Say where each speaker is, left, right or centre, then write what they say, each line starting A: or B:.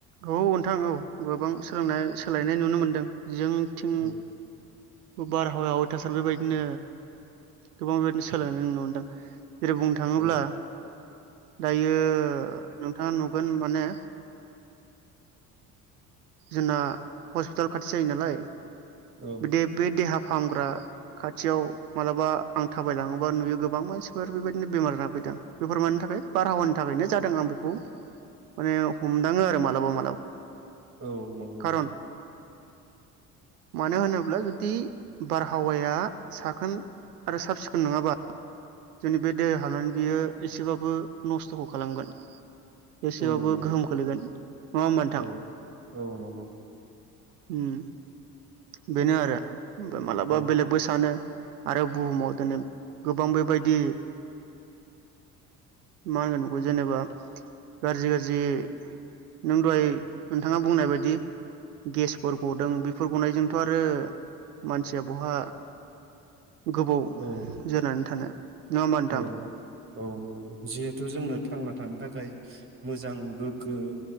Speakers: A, on the right; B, on the right.
A: औ नोंथां औ गोबां सोलोंनाय सोलायनाय नुनो मोनदों जोंथिं
B: औ
A: बारहावाया अयथासार बेबायदिनो गोबां बेबायदिनो सोलायनाय नुनो मोनदों जेरै बुंनो थाङोब्ला
B: औ
A: दायो नोंथाङा नुगोन माने जोंना हस्पिटाल खाथि जायो नालाय
B: औ
A: दे बे देहा फाहामग्रा खाथियाव मालाबा आं थाबाय लाङोबा नुयो गोबां मानसिफोर बेबायदिनो बेमार जाना फैदों बेफोर मानि थाखाय बारहावानि थाखायनो जादों आं बेखौ माने हमदाङो आरो मालाबा मालाबा
B: औ नंगौ
A: खारन
B: नोंथां
A: मानो होनोब्ला जु दि बारहावाया साखोन आरो साब सिखोन नङाबा जोंनि बे देह हाबनानै बियो एसेबाबो नस्थ'खौ खालामगोन एसेबाबो
B: औ नंगौ
A: गोहोम खोलैगोन नङा होमबा नोंथां
B: औ औ नंगौ
A: उम बेनो आरो ओमफ्राय मालाबा
B: औ
A: बेलेगबो सानो आरो बुहुमाव दिनै गोबां बेबायदि मा होनगोन बेखौ जेनेबा गाज्रि गाज्रि नों दहाय नोंथाङा बुंनाय बायदि गेसफोर गदों बेफोर गनायजोंथ' आरो मानसिया बहा गोबाव
B: औ
A: जोरनानै थानो नङा होमबा नोंथां
B: औ औ नंगौ जिहेथु जोंनो थांना थानो था खाय मोजां गोग्गो